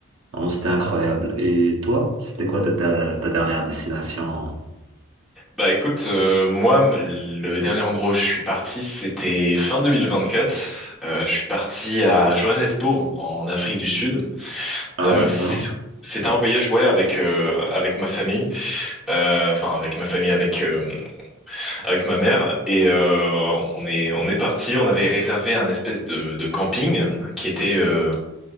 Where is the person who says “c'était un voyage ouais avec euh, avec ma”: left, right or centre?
Centre